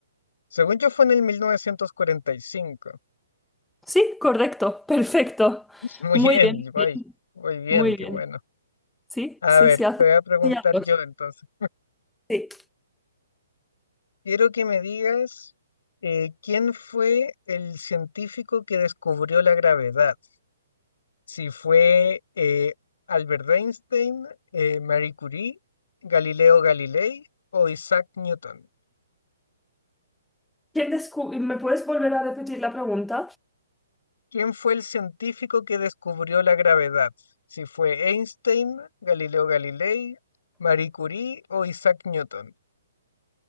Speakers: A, on the left (about 65°); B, in the centre.
A: Según yo, fue en el 1945.
B: Sí, correcto, perfecto.
A: Muy
B: Muy
A: bien,
B: bien,
A: voy,
B: muy bien.
A: muy bien,
B: muy
A: qué
B: bien.
A: bueno.
B: Sí,
A: A
B: sí,
A: ver,
B: sí, hace
A: te voy a preguntar
B: ya dos.
A: yo entonces.
B: Sí.
A: Quiero que me digas eh, quién fue el científico que descubrió la gravedad. Si fue eh, Albert Einstein, eh, Marie Curie, Galileo Galilei o Isaac Newton.
B: ¿Quién descu- ¿Me puedes volver a repetir la pregunta?
A: ¿Quién fue el científico que descubrió la gravedad? Si fue Einstein, Galileo Galilei, Marie Curie o Isaac Newton.